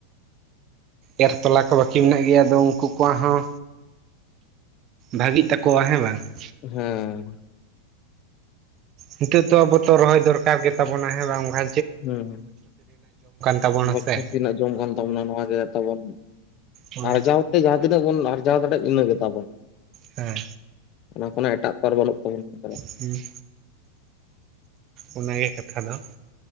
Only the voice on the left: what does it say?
ᱦᱩᱸ
ᱦᱩᱚᱸ
ᱵᱚᱪᱷᱚᱨ
ᱛᱤᱹᱱᱟᱜ ᱡᱚᱢ ᱠᱟᱱ ᱛᱟᱵᱚᱱᱟ ᱱᱚᱣᱟ ᱛᱟᱵᱚᱱ ᱾
ᱟᱨ ᱡᱟᱣᱛᱮ ᱡᱟᱦᱟᱸ ᱛᱤᱱᱟᱹᱜ ᱵᱚᱱ ᱟᱨᱡᱟᱣ ᱫᱟᱲᱮᱭᱟᱜ ᱤᱱᱟᱹ ᱜᱮ ᱛᱟᱵᱚᱱ ᱾
ᱚᱱᱟ ᱠᱷᱚᱱᱟᱜ ᱮᱴᱟᱜ ᱯᱚᱨ ᱵᱟᱹᱱᱚᱜ ᱛᱟᱦᱮᱱᱟ ᱱᱮᱛᱟᱨ ᱾